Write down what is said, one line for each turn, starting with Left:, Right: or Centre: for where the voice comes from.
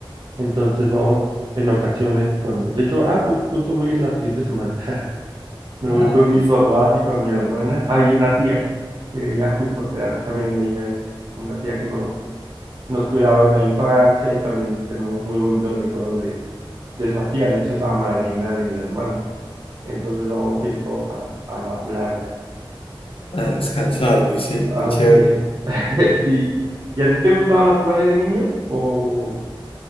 Right: Entonces vamos en ocasiones cuando, de hecho, ah, pues justo voy a ir la siguiente semana. me
Left: Ah,
Right: voy con
Left: muy-
Right: mis papás y con mi hermana. Hay una tía, que ella justo o sea, también ella es una tía que nos, nos cuidaba en la infancia y también tenemos muy bonitos recuerdos de, de esa tía. De hecho, es la madrina de mi hermana. Entonces vamos a ir todos a, a la playa.
Left: a descansar, muy, ch- muy
Right: Así
Left: chévere.
Right: es. <laughs> Sí. ¿Y a ti te gustaba la playa de niño? O...